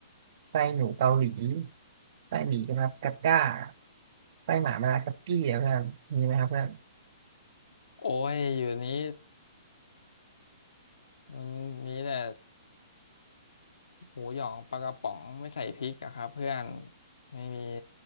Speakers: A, on the right; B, on the left.
A: ไส้หนูเกาหลีไส้หมี่กััสกัดก้าไส้หมามากัสกี้อะเพื่อนมีไหมครับเพื่อน
B: โอ้ยอยู่นี้มันมีแต่หมูหยองปลากระป๋องไม่ใส่พริกอะครับเพื่อนไม่มี